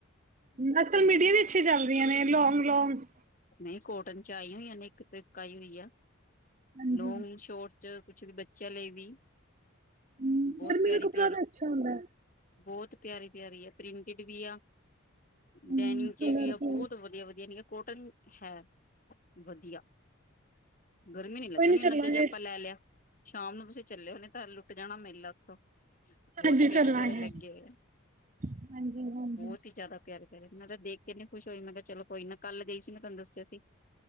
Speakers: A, on the right; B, on the left.
A: ਅੱਜ ਕੱਲ ਮੀਡੀਆ ਵਿੱਚ ਪੱਛੇ ਚੱਲਦੀਆਂ ਨੇ ਲੌਂਗ ਲੌਂਗ।
B: ਨਹੀਂ ਕੋਟਨ ਚ ਆਈ ਹੋਈਆਂ ਨੇ ਇੱਕ ਤੋਂ ਇੱਕ ਆਈ ਹੋਈ ਐ।
A: ਹਾਂਜੀ
B: ਲੌਗ ਸੌ਼ਰਟ ਚ ਕੁੱਝ ਵੀ ਬੱਚਿਆਂ ਲਈ ਵੀ
A: ਹਮ,
B: ਬਹੁਤ
A: ਗਰਮੀ
B: ਪਿਆਰੀ
A: ਦਾ ਕੱਪੜਾ
B: ਪਿਆਰੀ
A: ਤਾਂ ਅੱਛਾ ਹੁੰਦਾ ਹੈ
B: ਬਹੁਤ ਪਿਆਰੀ ਪਿਆਰੀ ਹੈ। ਪ੍ਰਿੰਟਡ ਵੀ ਆ ਤੇ
A: ਹਮ,
B: ਡੇਨਿਮ ਚ
A: ਕਲਰ
B: ਵੀ ਆ
A: ਤੇ
B: ਬਹੁਤ ਵਧੀਆ ਵਧੀਆ ਨੇ ਕੋਟਨ ਹੈ, ਵਧੀਆ। ਗਰਮੀ ਨੀ
A: ਕੋਈ
B: ਲੱਗਣੀ
A: ਨਹੀਂ
B: ਉਹਨਾ
A: ਚੱਲਾਂਗੇ
B: ਚ ਜੇ ਆਪਾਂ ਲੈ ਲਿਆ, ਸ਼ਾਮ ਨੂੰ ਤੁਸੀਂ ਚੱਲੇ ਹੁਣੇ ਤਾਂ ਲੁੱਟ ਜਾਣਾ ਮੇ ਲੱੱਖੋ। ਬਹੁਤ
A: ਹਾਂਜੀ
B: ਪਿਆਰੇ-ਪਿਆਰੇ
A: ਚੱਲਾਂਗੇ।
B: ਲਹੰਗੇ ਐ,
A: ਹਾਂਜੀ ਹਾਂਜੀ
B: ਬਹੁਤ ਹੀ ਜਿਆਦਾ ਪਿਆਰੇ ਫਿਰ ਮੈਂ ਤਾਂ ਦੇਖ ਕੇ ਇਨੀ ਖੁਸ਼ ਹੋਈ ਮੈਂ ਕਿਹਾ ਚਲੋ ਕੋਈ ਨਾ ਕੱਲ ਗਈ ਸੀ ਮੈਂ ਤੁਆਨੂੰ ਦੱਸਿਆ ਸੀ।